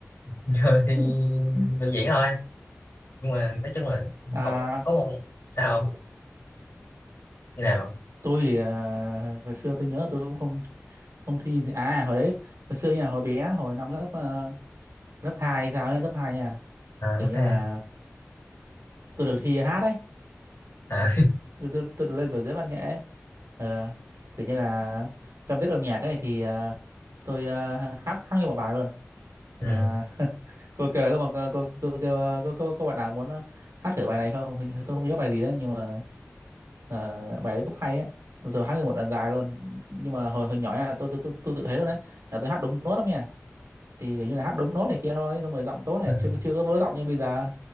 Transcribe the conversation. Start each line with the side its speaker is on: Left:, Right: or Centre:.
Left: rồi thì
Right: <laughs>
Left: biểu <laughs> diễn thôi nhưng mà nói chung là
Right: À,
Left: học có một sao không như nào
Right: tôi thì à, hồi xưa tôi nhớ là tôi cũng không không thi gì. À hồi đấy hồi xưa nha, hồi bé hồi năm lớp ờ, lớp hai hay sao ấy, lớp 2 nha.
Left: à,
Right: Kiểu
Left: lớp
Right: như
Left: hai
Right: là tôi được thi hát đấy.
Left: à
Right: Tôi tôi, tôi được lên biểu diễn văn nghệ ấy. Ờ, kiểu như là trong tiết âm nhạc ấy thì ờ, tôi ờ, hát hát nguyên một bài luôn.
Left: <laughs>
Right: Ờ,
Left: ừ.
Right: <laughs> cô kêu là cô, cô, cô, cô kêu ờ, cô, cô, cô bạn nào muốn ờ, hát thử bài này không? Hình như tôi không nhớ bài gì đó nhưng mà Ờ, bài đấy cũng hay ấy Bây giờ hát nguyên một đoạn dài luôn nhưng mà hồi hồi nhỏ nha, tôi tôi tôi tôi tự thấy luôn đấy là tôi hát đúng nốt lắm nha thì kiểu như là hát đúng nốt này kia thôi xong rồi giọng tốt này
Left: ừ.
Right: chưa chưa có vỡ giọng như bây giờ